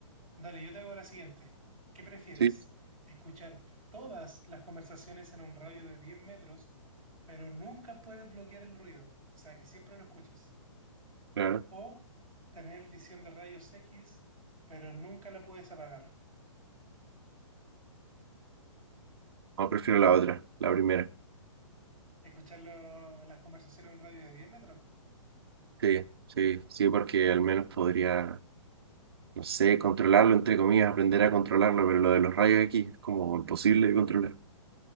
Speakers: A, in the centre; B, on the right.
A: Dale, yo te hago la siguiente. ¿Qué prefieres?
B: Sí,
A: ¿Escuchar todas las conversaciones en un radio de 10 metros, pero nunca puedes bloquear el ruido? O sea, que siempre lo escuchas.
B: claro.
A: ¿O tener visión de rayos X, pero nunca la puedes apagar?
B: No, prefiero la otra, la primera.
A: ¿Escuchar lo- las conversaciones en un radio de 10 metros?
B: Sí, sí, sí, porque al menos podría, no sé, controlarlo, entre comillas, aprender a controlarlo, pero lo de los rayos X es como imposible de controlar.